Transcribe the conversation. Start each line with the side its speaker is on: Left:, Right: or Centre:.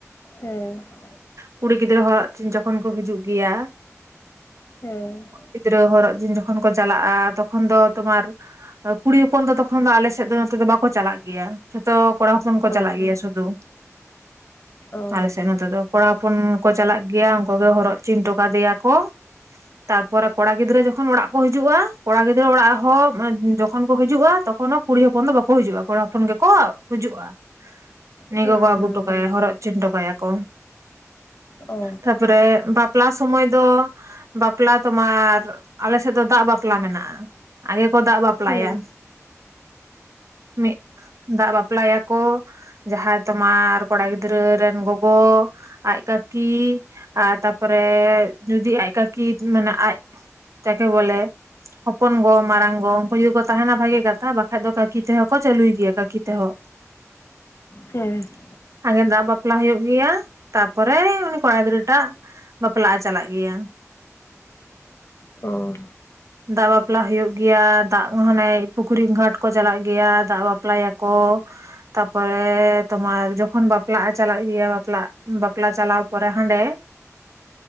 Left: ᱦᱮᱸ ᱾
Right: ᱠᱩᱲᱤ ᱜᱤᱫᱽᱨᱟᱹ ᱦᱚᱨᱚᱜ ᱪᱤᱱ ᱡᱚᱠᱷᱚᱱ ᱠᱚ ᱦᱤᱡᱩᱜ ᱜᱮᱭᱟ
Left: ᱦᱮᱸ ᱾
Right: ᱜᱤᱫᱽᱨᱟᱹ ᱦᱚᱨᱚᱜ ᱪᱤᱱ ᱡᱚᱠᱷᱚᱱ ᱠᱚ ᱪᱟᱞᱟᱜᱼᱟ, ᱛᱚᱠᱷᱚᱱ ᱫᱚ ᱛᱳᱢᱟᱨ ᱠᱩᱲᱤ ᱦᱚᱯᱚᱱ ᱫᱚ ᱛᱚᱠᱷᱚᱱ ᱫᱚ ᱟᱞᱮ ᱥᱮᱫ ᱫᱚ ᱱᱚᱛᱮ ᱫᱚ ᱵᱟᱠᱚ ᱪᱟᱞᱟᱜ ᱜᱮᱭᱟ ᱡᱷᱚᱛᱚ ᱠᱚᱲᱟ ᱦᱚᱯᱚᱱ ᱠᱚ
Left: ᱚ
Right: ᱪᱟᱞᱟᱜ
Left: ᱚ
Right: ᱜᱮᱭᱟ ᱥᱩᱫᱷᱩ᱾
Left: ᱚ
Right: ᱟᱞᱮ ᱥᱮᱫ ᱱᱚᱛᱮ ᱫᱚ ᱠᱚᱲᱟ ᱦᱚᱯᱚᱱ ᱠᱚ ᱪᱟᱞᱟᱜ ᱜᱮᱭᱟ, ᱩᱱᱠᱩ ᱜᱮ ᱦᱚᱨᱚᱜ ᱪᱤᱱ ᱦᱚᱴᱚ ᱠᱟᱫᱮᱭᱟ ᱠᱚ ᱾ ᱛᱟᱨᱯᱚᱨᱮ ᱠᱚᱲᱟ ᱜᱤᱫᱽᱨᱟᱹ ᱡᱚᱠᱷᱚᱱ ᱚᱲᱟᱜ ᱠᱚ ᱦᱤᱡᱩᱜᱼᱟ ᱠᱚᱲᱟ ᱜᱤᱫᱽᱨᱟᱹ ᱚᱲᱟᱜ ᱦᱚᱸ ᱡᱚᱠᱷᱚᱱ ᱠᱚ ᱦᱤᱡᱩᱜᱼᱟ ᱛᱚᱠᱷᱚᱱᱳ ᱠᱩᱲᱤ ᱦᱚᱯᱚᱱ ᱫᱚ ᱵᱟᱠᱚ ᱦᱤᱡᱩᱜᱼᱟ, ᱠᱚᱲᱟ ᱦᱚᱯᱚᱱ ᱜᱮᱠᱚ ᱦᱤᱡᱩᱜᱼᱟ ᱾ ᱱᱤᱭᱟᱹ
Left: ᱦᱩᱸ
Right: ᱠᱚ ᱠᱚ ᱟᱹᱜᱩ
Left: ᱦᱩᱸ
Right: ᱴᱚᱠᱟᱭᱟ
Left: ᱦᱩᱸ
Right: ᱦᱚᱨᱚᱜᱪᱤᱱ ᱴᱚᱠᱟᱭᱟᱠᱚ᱾
Left: ᱚ
Right: ᱛᱟᱯᱚᱨᱮ ᱵᱟᱯᱞᱟ ᱥᱩᱢᱟᱹᱭ ᱫᱚ ᱵᱟᱯᱞᱟ ᱛᱳᱢᱟᱨ ᱟᱞᱮᱥᱮᱫ ᱫᱚ ᱫᱟᱜ ᱵᱟᱯᱞᱟ ᱢᱮᱱᱟᱜᱼᱟ᱾ ᱟᱜᱮ ᱠᱚ ᱫᱟᱜ ᱵᱟᱯᱞᱟ
Left: ᱦᱩᱸ
Right: ᱵᱟᱯᱞᱟᱭᱟ ᱢᱤᱫ ᱫᱟᱜ ᱵᱟᱯᱞᱟᱭᱟᱠᱚ ᱡᱟᱦᱟᱸᱭ ᱛᱳᱢᱟᱨ ᱠᱚᱲᱟ ᱜᱤᱫᱽᱨᱟᱹ ᱨᱮᱱ ᱜᱚᱜᱚ, ᱟᱡ ᱠᱟᱹᱠᱤ, ᱟᱨ ᱛᱟᱯᱚᱨᱮ ᱡᱩᱫᱤ ᱟᱡ ᱠᱟᱹᱠᱤ ᱢᱟᱱᱮ ᱟᱡ ᱪᱟᱠᱮ ᱵᱚᱞᱮ ᱦᱚᱯᱚᱱ ᱜᱚ ᱢᱟᱨᱟᱝ ᱜᱚ, ᱩᱱᱠᱩ ᱡᱩᱫᱤ ᱠᱚ ᱛᱟᱦᱮᱱᱟ ᱵᱷᱟᱜᱤ ᱠᱟᱛᱷᱟ ᱵᱟᱠᱷᱟᱡ ᱫᱚ ᱠᱟᱠᱤ ᱛᱮᱦᱚᱸ ᱠᱚ ᱪᱟᱹᱞᱩᱭ ᱜᱮᱭᱟ ᱠᱟᱹᱠᱤ ᱛᱮᱦᱚᱸ ᱾ <inaudible>
Left: ᱦᱮᱸ ᱾
Right: ᱟᱜᱮ ᱫᱟᱜ ᱵᱟᱯᱞᱟ ᱦᱩᱭᱩᱜ ᱜᱮᱭᱟ, ᱛᱟᱨᱯᱚᱨᱮ ᱩᱱᱤ ᱠᱚᱲᱟ ᱜᱤᱫᱽᱨᱟᱹ ᱴᱟᱜ ᱵᱟᱯᱞᱟᱜ ᱮ ᱪᱟᱞᱟᱜ ᱜᱮᱭᱟ ᱾
Left: ᱚ
Right: ᱫᱟᱜ ᱵᱟᱯᱞᱟ ᱦᱩᱭᱩᱜ ᱜᱮᱭᱟ, ᱫᱟᱜ ᱢᱟᱱᱮ ᱯᱩᱠᱷᱨᱤ ᱜᱷᱟᱴ ᱠᱚ ᱪᱟᱞᱟᱜ ᱜᱮᱭᱟ ᱫᱟᱜ ᱵᱟᱯᱞᱟᱭᱟᱠᱚ ᱾ ᱛᱟᱯᱚᱨᱮ ᱛᱳᱢᱟᱨ ᱡᱚᱠᱷᱚᱱ ᱵᱟᱯᱞᱟᱜ ᱮ ᱪᱟᱞᱟᱜ ᱜᱮᱭᱟ, ᱵᱟᱯᱞᱟ ᱵᱟᱯᱞᱟ ᱪᱟᱞᱟᱣ ᱯᱚᱨᱮ ᱦᱟᱸᱰᱮ